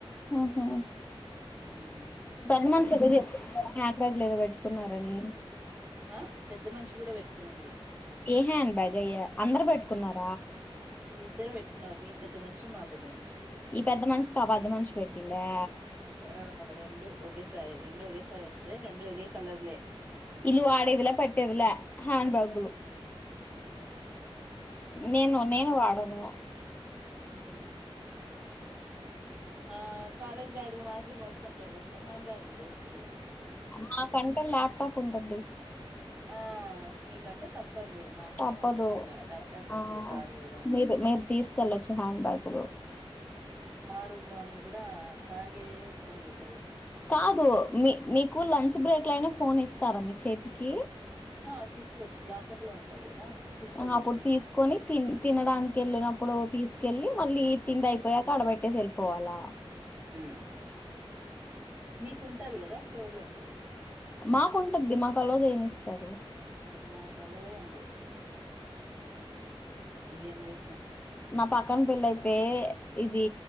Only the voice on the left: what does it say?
ఆహా
పనీ మనిషి ఎద చెప్ప ఆట్లాట్లేదు బట్టి చెప్తున్నారని
ఏ హ్యాండ్ బ్యాగ్ అయ్యా అందరు పెట్టుకున్నారు
ఈ పెద్ద మనిషికి ఆ పెద్ద మనిషి పెట్టిందా
ఇలు వాడేదుల పట్టేదులే హ్యాండ్ బేగలు నేను నేను వాడను
మా కంటల్ లాప్ టాప్ ఉంటది
తప్పదు
ఆ
మీరు మీరు తీసుకెళ్ళొచ్చు హ్యాండ్ బ్యాగులు
కాదు మీ మీకు లంచ్ బ్రేక్ లోయినా ఫోన్ ఇస్తారా మీ చేతికి
అప్పుడు తీసుకొని త తినడానికి వెళ్ళినప్పుడు తీసుకెళ్ళి మళ్ళ తిండి అయిపోయా కాడబట్టే సెలు పోవాల
మాకుంటది మాకు అలో చేయనిస్తారు
నా పక్కన పెళ్ళ అయితే ఇది